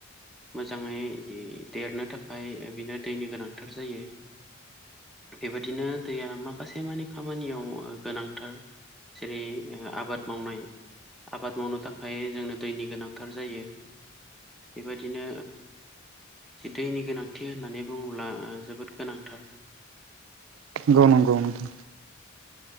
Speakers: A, in the centre; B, on the right.
A: मोजाङै जि देरनो थाखाय बिनो दैनि गोनांथार जायो बेबायदिनो दैया माखासे मानिे खामानियाव गोनांथार जेर आबाद मावनाय आबाद मावनो थाखाय जोंनो दैनि गोनांथार जायो बेबायदिनो जि दैनि गोनांथि होननानै बुङोब्ला जोबोद गोनांथार
B: गौ नंगौ नंथ